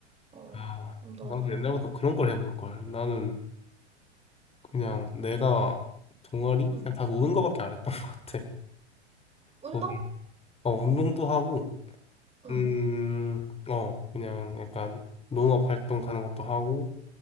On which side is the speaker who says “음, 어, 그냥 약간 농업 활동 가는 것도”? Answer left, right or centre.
Left